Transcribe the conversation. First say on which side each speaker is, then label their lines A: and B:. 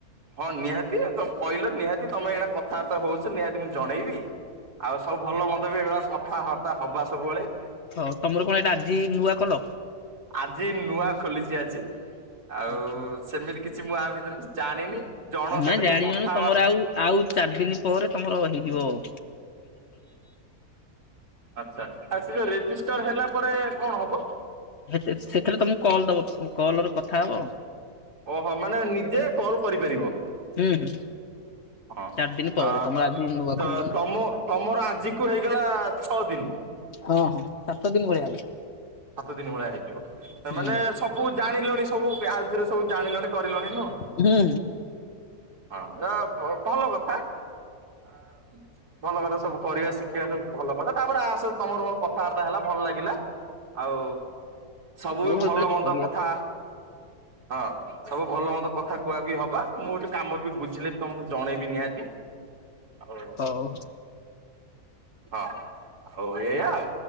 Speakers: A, on the right; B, on the left.
A: ହଁ ନିହାତି, ତମ୍ କହିଲ ନିହାତି ତମେ ଏଇନା କଥାବାର୍ତ୍ତା ହୋଉଛ ନିହାତି ମୁଁ ଜଣେଇବି ଆଉ ସବୁ ଭଲ ମନ୍ଦ ବି ଏଭଳିଆ କଥାବାର୍ତ୍ତା ହବା ସବୁବେଳେ।
B: ହଉ ତମର କଣ ଏଇଟା ଆଜି ନୂଆ କଲ?
A: ଆଜି ନୂଆ ଖୋଲିଛି ଆଜି।
B: କଲ?
A: ଆଉ ସେମିତି କିଛି ମୁଁ ଆ ଭିତରେ ଜାଣିନି। ଜଣଙ୍କ
B: ନାଇଁ
A: ସହିତ
B: ଜାଣିବନି
A: ଟିକେ କଥାବାର୍ତ୍ତା
B: ତମର ଆଉ ଆଉ ଚାରି ଦିନ ପରେ ତମର ହେଇଯିବ ଆଉ
A: ଆଚ୍ଛା ସେ ଯଉ ରେଜିଷ୍ଟର ହେଲା ପରେ କଣ ହବ?
B: ସେଥ୍ ସେଥିରେ ତମକୁ କଲ୍ ଦବ ପୁ କଲ ରେ କଥା ହବ ଆଉ
A: ଓହୋଃ ମାନେ ନିଜେ କଲ୍ କରିପାରିବ?
B: ହୁଁ ହୁଁ
A: ହଁ
B: ଚାରି ଦିନ ପରେ
A: ଆ
B: ତମର ଆଜି ନୂଆ
A: ତ
B: ଖୋଲିଲ ନା
A: ତମ ତମର ଆଜି କୁ ହେଇଗଲା ଛଅ ଦିନ।
B: ହଁ ହଁ ସାତ ଦିନ ଭଳିଆ ହେବ।
A: ସାତ ଦିନ ଭଳିଆ ହେଇଯିବ। ସେମାନେ
B: ହୁଁ
A: ସବୁ ଜାଣିଲଣି? ସବୁ ଗାର୍ଯ୍ୟରେ ସବୁ ଜାଣିଲଣି, କରିଲଣି ନୁଅଁ।
B: ହୁଁ
A: ହଁ <unintelligible> କଥା ଆଁ ଭଲ କଥା ସବୁ ପଢିଆ, ଶିଖିଆ ସବୁ ଭଲ କଥା। ତାପରେ ଆସ ତମର ମୋର କଥାଆର୍ତ୍ତା ହେଲା, ଭଲ ଲାଗିଲା। ଆଉ ସବୁ
B: ହଉ
A: ବି
B: ମୁଁ
A: ଭଲ
B: ଏତେବେଳେ
A: ମନ୍ଦ
B: କରିବାକୁ
A: କଥା। ହଁ। ସବୁ ଭଲ ମନ୍ଦ କଥା କୁଆ କୁହି ହବା। ମୁଁ ଗୋଟେ କାମ ବି ବୁଝିଲେ ବି ତମକୁ ଜଣେଇବି ନିହାତି। ହଉ
B: ହଉ
A: ହଁ। ଆଉ ଏଇଆ ଆଉ